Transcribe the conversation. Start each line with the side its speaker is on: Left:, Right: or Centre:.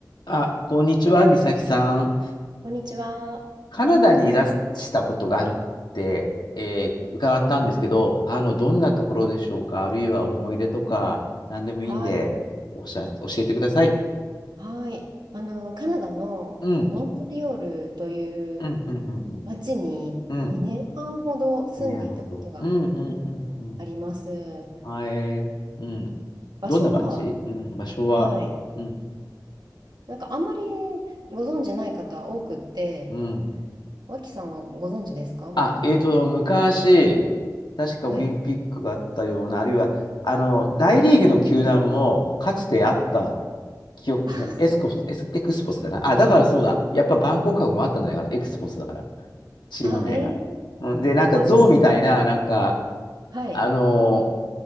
Left: あ、こんにちは、美咲さん。
Right: こんにちは。
Left: カナダにいらしたことがあるって、えー伺ったんですけど、あの、どんなところでしょうか、あるいは思い出とか、何でもいいんで、
Right: はい。
Left: おしゃ、教えてください。
Right: はい。あの、カナダのモントリオールという
Left: うん、うん、うん、うん、
Right: 町に2年半ほど住んでいたことが
Left: うん。うん2年半後。うん、うん、うん、うん。
Right: あります。
Left: はい、うん。
Right: 場所は、
Left: どんな街うん、場所は、
Right: はい。
Left: うん、
Right: なんかあんまりご存知ない方多くって、
Left: うん。
Right: 脇さんはご存知ですかモントリオール。
Left: あ、えっと、昔、確かオリンピックがあったような、
Right: はい。
Left: あるいは、あの、大リーグの球団も、
Right: うん。
Left: かつてあった記憶も、
Right: ああ、
Left: エスコス、
Right: そうなんだ
Left: エス、エクスポスかな。あ、だからそうだ。やっぱバンコク博もあったんじゃないかな。エクスポスだから、チーム名が。
Right: ああ、ええ
Left: うん、で、なんか、
Right: 私、
Left: 象みたいな、なんか、
Right: はい。
Left: あのー